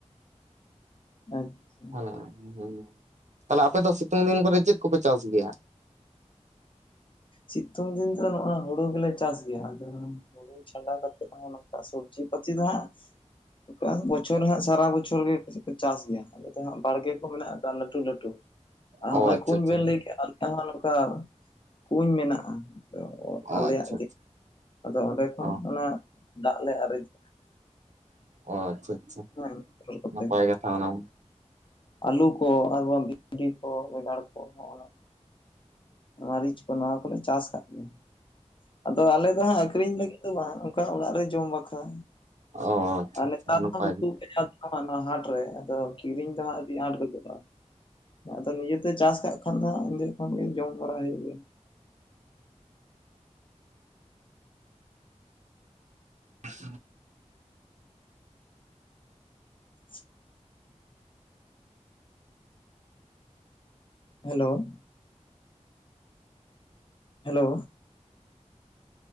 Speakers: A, on the left (about 45°); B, on the right (about 75°).
A: ᱟᱪᱪᱷᱟ
B: ᱦᱮᱸ ᱦᱮᱸ ᱛᱟᱞᱦᱮ ᱟᱯᱮ ᱫᱚ ᱥᱤᱛᱩᱝ ᱫᱤᱱ ᱯᱚᱨᱮ ᱪᱮᱫ ᱼᱼ ᱯᱮ <unintelligible> ᱪᱟᱥ ᱜᱮᱭᱟ?
A: ᱥᱤᱛᱩᱝ ᱫᱤᱱ ᱛᱚ ᱱᱚᱜᱼᱚᱭ ᱦᱩᱲᱩ ᱜᱮᱞᱮ ᱪᱟᱥ ᱜᱮᱭᱟ᱾ ᱟᱫᱚ ᱼᱼ ᱦᱩᱲᱩ ᱪᱷᱟᱰᱟ ᱠᱟᱛᱮᱫ ᱱᱚᱝᱠᱟ ᱥᱚᱵᱽᱡᱤ ᱯᱟᱹᱛᱤ <unintelligible> ᱫᱚ ᱦᱟᱸᱜ <inaudible> ᱵᱚᱪᱷᱚᱨ ᱦᱟᱸᱜ ᱥᱟᱨᱟ ᱵᱚᱪᱷᱚᱨ ᱜᱮ ᱪᱟᱥ ᱜᱮᱭᱟ ᱟᱞᱮ ᱫᱚ ᱦᱟᱸᱜ ᱵᱟᱲᱜᱮ ᱠᱚ ᱢᱮᱱᱟᱜ ᱠᱟᱜᱼᱟ ᱞᱟᱹᱴᱩ ᱞᱟᱹᱴᱩ। ᱟᱨ ᱦᱚᱸᱜᱼᱚᱭ
B: ᱚ ᱟᱪᱪᱷᱟ
A: ᱠᱩᱧ
B: ᱟᱪᱪᱷᱟ
A: ᱵᱮᱱ ᱞᱟᱹᱭ ᱠᱮᱜᱼᱟ ᱟᱞᱮ ᱦᱚᱸ ᱱᱚᱝᱠᱟ ᱼᱼ ᱠᱩᱧ ᱢᱮᱱᱟᱜᱼᱟ
B: ᱚ
A: ᱟᱞᱮᱭᱟᱜ
B: ᱟᱪᱪᱷᱟ
A: ᱜᱮ᱾ ᱟᱫᱚ ᱚᱸᱰᱮ ᱠᱷᱚᱱ
B: ᱚ
A: ᱚᱱᱟ ᱼᱼ ᱫᱟᱜ ᱞᱮ ᱟᱨᱮᱡᱟ।
B: ᱚ ᱟᱪᱪᱷᱟ ᱟᱪᱪᱷᱟ
A: ᱦᱮᱸ ᱢᱚᱴᱚᱨ ᱠᱚᱛᱮ
B: ᱱᱟᱯᱟᱭ ᱠᱟᱛᱷᱟ ᱚᱱᱟ ᱦᱚᱸ।
A: ᱟᱹᱞᱩ ᱠᱚ ᱟᱨ ᱵᱟᱝ ᱵᱷᱤᱱᱰᱤ ᱠᱚ ᱵᱮᱸᱜᱟᱲ ᱠᱚ ᱦᱚᱸᱜ ᱚᱱᱟ᱾ ᱢᱟᱹᱨᱤᱪ ᱠᱚ ᱱᱚᱣᱟ ᱠᱚᱞᱮ ᱪᱟᱥ ᱟᱠᱟᱫ ᱜᱮᱭᱟ᱾ ᱟᱫᱚ ᱟᱞᱮ ᱫᱚ ᱦᱟᱸᱜ ᱟᱠᱷᱨᱤᱧ ᱞᱟᱹᱜᱤᱫ ᱼᱼ ᱫᱚ ᱵᱟᱝ ᱚᱱᱠᱟ ᱚᱲᱟᱜ ᱨᱮ ᱡᱚᱢ ᱵᱟᱠᱷᱨᱟ
B: ᱚ ᱟᱪᱪᱷᱟ
A: ᱟᱨ
B: ᱟᱪᱪᱷᱟ
A: ᱱᱮᱛᱟᱨ
B: ᱱᱟᱯᱟᱭ
A: ᱦᱚᱸ ᱩᱛᱩ
B: ᱜᱮ᱾
A: ᱼᱼ <inaudible> ᱦᱟᱸ ᱱᱚᱣᱟ ᱦᱟᱴ ᱨᱮ ᱟᱫᱚ ᱠᱤᱨᱤᱧ ᱫᱚᱦᱟᱸᱜ ᱟᱹᱰᱤ ᱟᱸᱴ ᱜᱚᱡᱚᱜᱼᱟ <unintelligible> ᱟᱫᱚ ᱱᱤᱡᱮᱛᱮ ᱪᱟᱥ ᱠᱟᱜ ᱠᱷᱟᱱ ᱫᱚ ᱚᱸᱰᱮ ᱠᱷᱚᱱ ᱜᱮ ᱡᱚᱢ ᱵᱟᱲᱟ ᱦᱩᱭᱩᱜ ᱜᱮᱭᱟ।
B: ᱟ <inaudible>
A: <inaudible> ᱦᱮᱞᱳ ᱦᱮᱞᱳ